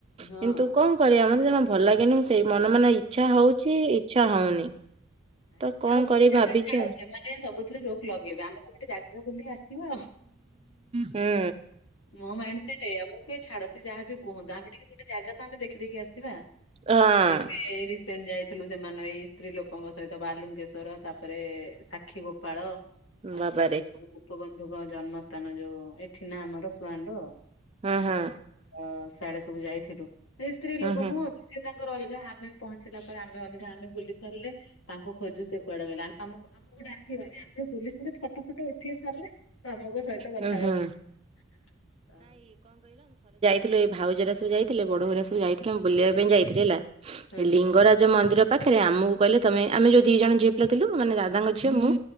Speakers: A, on the left; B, on the right.
A: ହଁ
B: କିନ୍ତୁ କଣ କରିବା ମତେ ଜମା ଭଲ ଲାଗେନି ମୁ ସେଇ ମନ ମନେ ଇଚ୍ଛା ହଉଛି ଇଚ୍ଛା ହଉନି!
A: ନାଇଁ
B: ତ
A: ଯାହା
B: କଣ
A: ହଉ
B: କରିବି
A: ଗୋଟେ ଜାଗା
B: ଭାବିଛି
A: ଛାଡ
B: ଆଉ
A: ସେମାନେ ସବୁଥିରେ ରୋକ ଲଗେଇବେ ଆମେ ଗୋଟେ ଜାଗା ବୁଲିକି ଆସିବ
B: ହୁଁ
A: ମୋ ମାଇଣ୍ଡ ସେଇଟା ଏଇଆ ମୁଁ ସିଏ ଛାଡ ସେ ଯାହାବି କୁହନ୍ତୁ ଆମେ ଟିକେ ଗୋଟେ ଜାଗା ତ ଆମେ ଦେଖିଦେଇକି ଆସିବା
B: ହଁ
A: ଏବେ ରି ସେଣୁ ଯାଇଥିଲୁ ସେମାନେ ଏଇ ସ୍ତ୍ରୀ ଲୋକଙ୍କ ସହିତ ବାଲୁଙ୍କେଶ୍ୱର ତାପରେ ସାକ୍ଷୀ ଗୋପାଳ। ଆ
B: ବାବାରେ
A: ତାପରେ ଗୋପବନ୍ଧୁଙ୍କ ଜନ୍ମସ୍ଥାନ ଯୋଉ ଏଠି ନା ଆମର ସୁଆଣ୍ଡୋ।
B: ହୁଁ ହଁ।
A: ହଁ ସିଆଡେ ସବୁ ଯାଇଥିଲୁ ଏ ସ୍ତ୍ରୀ ଲୋକ
B: ହୁଁ ହୁଁ
A: ହୁଅନ୍ତୁ ସିଏ ତାଙ୍କର ଅଲଗା ଆମେ ପହଞ୍ଚିଲା ପରେ ଆମେ ଅଲଗା ଆମେ ବୁଲି ସାରିଲେ ତାଙ୍କୁ ଖୋଜୁ ସେ କୁଆଡେ ଗଲେ? ଆ- ଆମ ଆମକୁ ଡାକିବନି ଅମେ ଆମ ବୁଲିସାରି ଫଟୋ ଫୋଟୋ ଉଠେଇ ସାରିଲେ <unintelligible> ସହିତ କଥବାର୍ତ୍ତା।
B: ହୁଁ ହୁଁ। ଥିଲେ ଏଇ ଭାଉଘରିକା ସବୁ ଯାଇଥିଲେ ବଡ ବୋଉ ହରିଆ ସବୁ ଯାଇଥିଲେ। ମୁଁ ବୁଲିବା ପାଇଁ ଯାଇଥିଲି ହେଲା।
A: ହୁଁ
B: ଲିଙ୍ଗରାଜ ମନ୍ଦିର ପାଖରେ ଆମକୁ କହିଲେ ତମେ ଆମେ ଯୋଉ ଦି ଜଣ ଝଅ ପିଲା ଥିଲୁ ମାନେ ଦାଦା ଝିଅ ମୁଁ